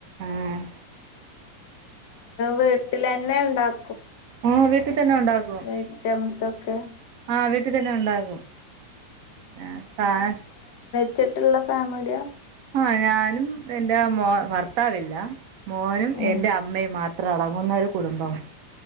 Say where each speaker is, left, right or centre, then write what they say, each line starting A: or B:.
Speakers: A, on the right (about 45°); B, on the left (about 50°).
A: ആഹ്
B: വീട്ടിലെന്നെ ണ്ടാക്കു
A: ആ വീട്ടി തന്നെ ഉണ്ടാക്കും
B: ഐറ്റംസ് ഒക്കെ
A: ആ വീട്ടി തന്നെ ഉണ്ടാകും <unintelligible>
B: ച്ചിട്ടുള്ള ഫാമിലിയ
A: ആ ഞാനും എന്റെ മോ ഭർത്താവില്ല മോനും
B: ഉം
A: എന്റെ അമ്മയും മാത്രം ഇത്ര അടങ്ങുന്ന ഒരു കുടുംബം